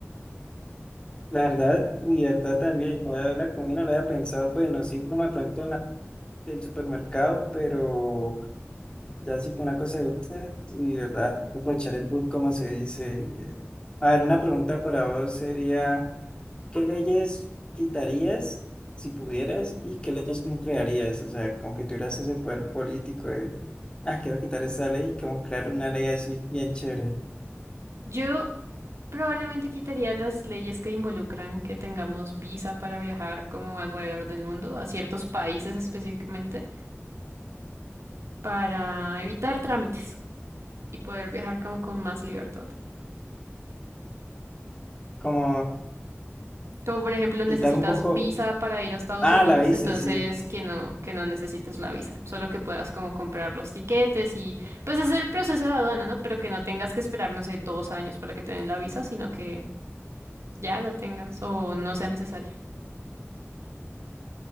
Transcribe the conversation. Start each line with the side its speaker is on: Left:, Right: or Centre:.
Left: la verdad, y verdad también, yo la comida no la había pensado, bueno, sí, como de pronto en la del supermercado, pero ya sí con una cosa adulta, y verdad, hay que aprovechar el book, como se dice. A ver, una pregunta para vos sería, ¿qué leyes quitarías si pudieras y qué leyes como crearías? O sea, como que tuvieras ese poder político de, ah, quiero quitar esta ley, como crear una ley así bien chévere,
Right: Yo probablemente quitaría las leyes que involucran que tengamos visa para viajar como alrededor del mundo, a ciertos países específicamente, para evitar trámites y poder viajar como con más libertad.
Left: como
Right: Como por ejemplo necesitas
Left: quitar un poco...
Right: visa para ir a Estados
Left: Ah,
Right: Unidos,
Left: la visa,
Right: entonces
Left: sí.
Right: que no, que no necesites la visa, solo que puedas como comprar los tiquetes y pues hacer el proceso de aduana, ¿no? Pero que no tengas que esperar, no sé, dos años para que te den la visa, sino que ya la tengas o no sea necesaria.